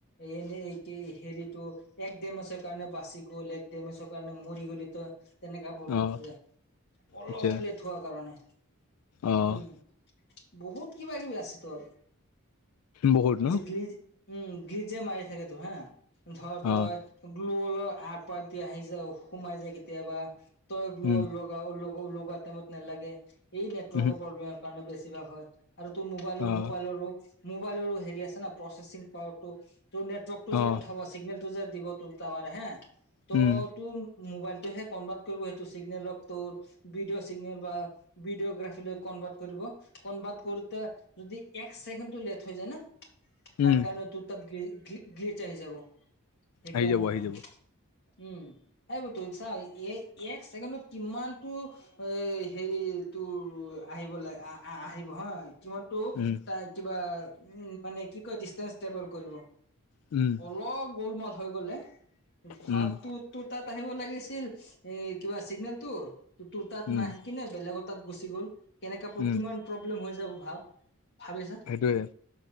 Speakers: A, on the left (about 50°); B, on the left (about 80°).
A: এনে, এই হেৰিটো, এক ডেমেজৰ কাৰণে, বাচি গ'ল, এক ডেমেজৰ কাৰণে, মৰি গ'লি তই। তেনেকা প্ৰব্লেম
B: অ',
A: হৈ যায়। অলপ,
B: আচ্ছা,
A: লেট উঠোৱাৰ কাৰণে।
B: অ'।
A: উম! বহুত কিবা কিবি আছে তোৰ!
B: বহুত
A: আজি
B: ন?
A: গ্ৰিজ, উম! গ্ৰিজ যে মাৰি থাকে, তোৰ হা! ধৰ তই
B: অ',
A: গ্লু <unintelligible> আহি যায়, সোমাই যায় কেতিয়াবা। তই গ্লু
B: উম,
A: <unintelligible> লগাও? লগো, লগোৱা টাইমত নালাগে। এই, নেটৱৰ্কৰ
B: উহু,
A: প্ৰব্লেমৰ কাৰণে, বেছিভাগ হয়। আৰু তোৰ, মোবাইলৰ
B: অ',
A: মোবাইলৰো, মোবাইলৰো হেৰি আছে ন' প্ৰচেছিং? অ'! তো, তোৰ নেটৱৰ্কটো যে
B: অ',
A: পঠাব চিগনেলটো যে দিব তোৰ টাৱাৰে হা! ত'
B: উম,
A: তোৰ মোবাইলটোহে কনভাৰ্ট কৰিব সেইটো চিগনেলক তোৰ। ভিডিঅ' চিগনেল বা ভিডিঅ গ্ৰাফীলৈ কনভাৰ্ট কৰিব। কনভাৰ্ট কৰোঁতে যদি এক চেকেণ্ডো লেট হৈ যায় ন'?
B: উম।
A: তাৰ কাৰণে তোৰ তাত, গি-গি গ্ৰিচ আহি যাব। সেইকাৰণে,
B: আহি যাব,
A: নহয়।
B: আহি যাব,
A: উম! এইবোৰটো চা? এই এক ছেকেণ্ডত কিমান তো এ, হেৰি তোৰ, আহিব লাগ, আঁ আঁ আহিব হা! কিমান তোক,
B: উম,
A: তাই কিবা উম! মানে, কি কয়! <unintelligible> কৰিব।
B: উম!
A: অলপ গোলমাল হৈ গ'লে, ভাৱটোত
B: উম,
A: তোৰ তাত আহিব লাগিছিল এ, কিবা চিগনেলটো? তোৰ তাত
B: উম,
A: নাই। কিনে বেলেগ তাত গুচি গ'ল। কেনেকা,
B: উম।
A: কিমান প্ৰব্লেম হৈ যাব ভাব? ভাবিছা?
B: সেইটোৱে,